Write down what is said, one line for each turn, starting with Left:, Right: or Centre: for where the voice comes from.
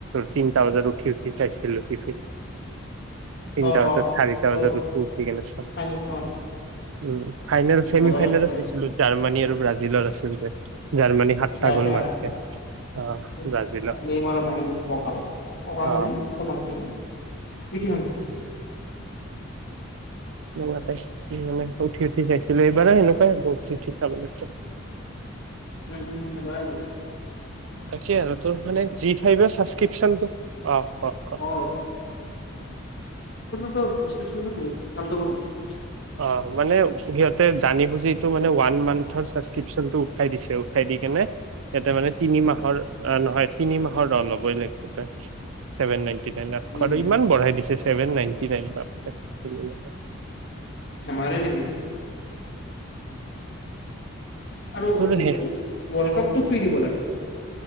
Right: তিনটা বজাত উঠি উঠি চাইছিলো টিভিত। তিনিটা
Left: অ
Right: বজাত,
Left: অ
Right: চাৰিটা বজাত
Left: অ
Right: উঠো, উঠি কিনে চাওঁ।
Left: ফাইনেলখন
Right: উম। ফাইনেল
Left: কি
Right: চেমি
Left: মজা
Right: ফাইনেলত
Left: লাগিছিলে
Right: চাইছিলো জাৰ্মানী আৰু ব্ৰাজিলত আছিল যে। জাৰ্মানী সাতটা
Left: বেয়াকে
Right: গ'ল
Left: হাৰাইছিল
Right: মাৰিছে, অ'।
Left: <unintelligible>
Right: ব্ৰাজিলত
Left: <unintelligible>
Right: অ মানে উঠি উঠি চাইছিলো এইবাৰেই এনেকুৱাই হ'ব উঠি উঠি চাব লাগিব।
Left: উম, উম <unintelligible>
Right: তাকে আৰু তোৰ মানে যি মই এইবাৰ চাছস্কৃপছনটো, অ', ক' ক'।
Left: অ চাছস্কৃপচনটো বহূত ফাল্টো কৰি দিছে।
Right: অ', মানে সিহঁতে জানি বুজিটো মানে এইটো ওৱান মান্থৰ ছাবক্ৰিপচনটো উঠাই দিছে, উঠাই দি কিনে সিহ'তে মানে তিনি মাহৰ নহয় তিনি মাহৰ ৰ ল'বই লাগিব তই, চভেন নিইন ল'
Left: উম
Right: আৰু ইমান বঢ়াই দিছে ছেভেন নাইনটি নাইন, বাপৰে।
Left: ধেমালী নেকি আৰু
Right: তোৰ
Left: এটলিষ্ট, এটলিষ্ট ওৱৰ্লডকাপ টো ফ্ৰী দিব লাগে।